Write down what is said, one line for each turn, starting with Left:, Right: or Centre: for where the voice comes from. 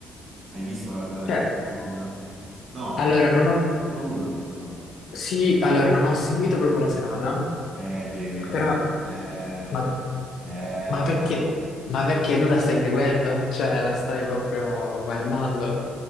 Right: Hai visto la, la prima
Left: cioè,
Right: e la seconda? No,
Left: allora
Right: qua
Left: non ho,
Right: solo una non ne hanno fatto.
Left: sì, allora non ho seguito proprio la serata,
Right: Eh, devi vedere.
Left: però...
Right: Eh,
Left: Ma,
Right: eh,
Left: ma perché? Ma perché tu la stai seguendo? Cioè, la stai proprio guardando?